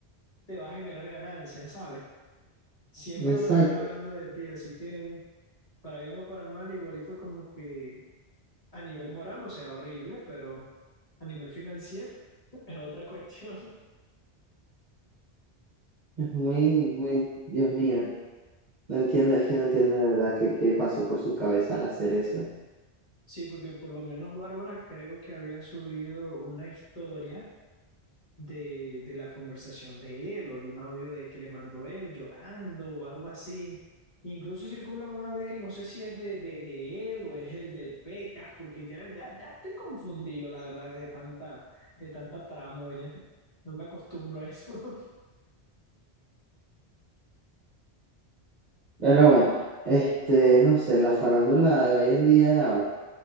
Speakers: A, on the left; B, on the right.
A: te va a generar ganancias, ¿sabes? Siempre
B: Exacto.
A: van a estar hablando de ti, así que para bien o para mal, igualito como que a nivel moral, o sea, horrible, pero a nivel financiero <laughs> es otra cuestión.
B: Es muy, muy, Dios mío. No entiendo, es que no entiendo de verdad qué, qué pasó por su cabeza al hacer eso.
A: Sí, porque por lo menos Bárbara creo que había subido una historia de, de la conversación de él o de un audio de que le mandó él llorando o algo así. Incluso circula un audio ahí, no sé si es de, de, de él o es el del Pecas, porque ya, ya, ya estoy confundido, la verdad, de tanta, de tanta tramoya. No me acostumbro a eso. <laughs>
B: Pero bueno, este, no sé, la farándula de hoy en día